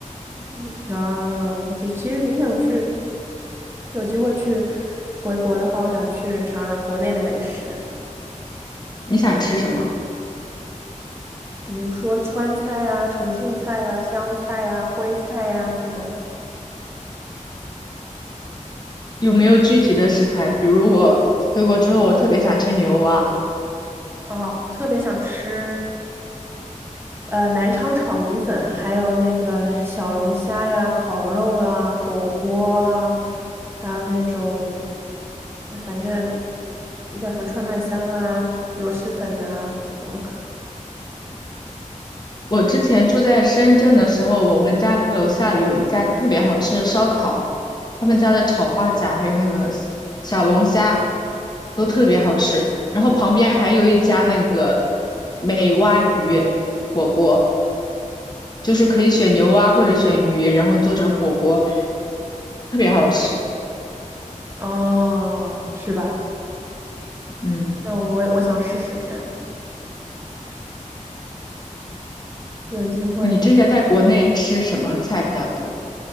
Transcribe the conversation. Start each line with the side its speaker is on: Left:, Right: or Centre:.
Right: 嗯啊，我其其实挺想去，有机会去回国的话，我想去尝尝国内的美食，
Left: 你想吃什么？
Right: 比如说川菜啊、重庆菜啊、湘菜啊、徽菜啊这种。
Left: 有没有具体的食材？比如我回国之后，我特别想吃牛蛙，
Right: 啊，我特别想吃呃，南昌炒米粉，还有那个小龙虾呀、烤肉啊、火锅啊，还有那种，呃反正那叫什么串串香啊、螺蛳粉呐、这种。
Left: 我之前住在深圳的时候，我们家楼下有一家特别好吃的烧烤，他们家的炒花甲还有那个小小龙虾都特别好吃。然后旁边还有一家那个美蛙鱼火锅，就是可以选牛蛙或者选鱼，然后做成火锅，特别好吃。
Right: <laughs> 哦，是吧？
Left: 嗯，
Right: 那我我想试试看，有机会。
Left: 你之前在国内吃什么菜比较多？